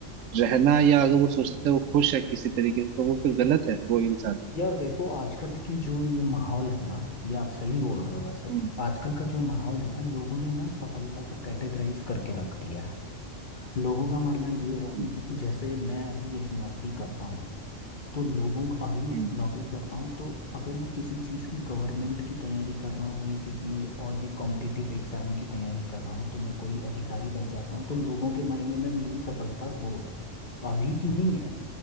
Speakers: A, on the right (about 85°); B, on the left (about 40°).
A: रहना या अगर वो सोचता है वो खुश है किसी तरीके से तो वो फिर गलत है वो इंसान
B: यार देखो आजकल की जो ये माहौल है ना ये आप सही बोल रहे हो वैसे
A: हम्म
B: आजकल का जो माहौल है ना लोगों ने ना सफलता को कैटेगराइज करके रख दिया है लोगों का मानना ये है
A: हम्म।
B: कि जैसे मैं अभी एक नौकरी करता हूँ तो लोगों को अभी
A: हम्म।
B: नौकरी करता हूँ तो अगर मैं किसी चीज़ की गवर्नमेंट की तैयारी कर रहा हूँ या किसी और भी कॉम्पिटिटिव एग्जाम की तैयारी कर रहा हूँ तो मैं कोई अधिकारी बन जाता हूँ तो लोगों के मायने में मेरी सफलता वो है अभी की नहीं है